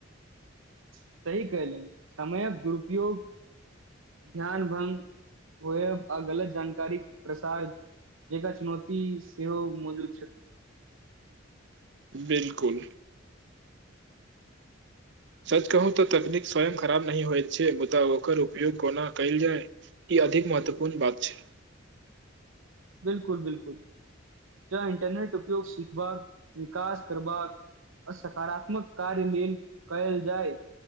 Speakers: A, on the right; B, on the right.
A: सही कयलनि समयक दुरुपयोग ध्यान भग होयब आ गलत जानकारी प्रसार जकर चुनौती सेहो मौजूद छथिन
B: बिलकुल। सच कहू तऽ तकनीक स्वयं खराब नहिही होइत छै मुदा ओकर उपयोग कोना कयल जाय ई अधिक महत्वपूर्ण बात छै।
A: बिलकुल बिलकुल जँ इंटरनेट उपयोग सिखबाक विकास करबाक आ सकारात्मक कार्य लेल कयल जाय